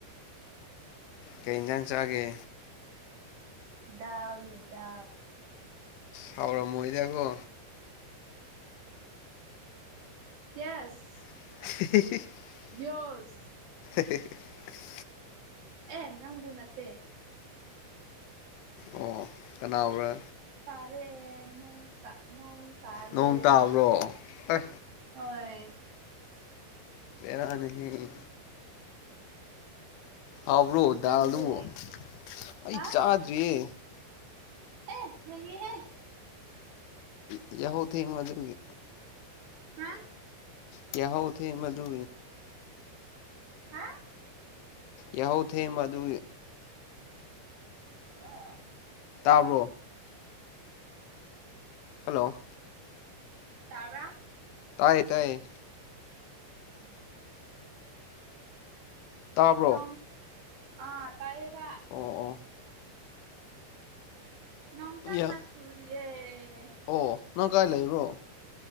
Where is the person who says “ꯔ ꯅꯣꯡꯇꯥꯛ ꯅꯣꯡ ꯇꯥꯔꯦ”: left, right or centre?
Right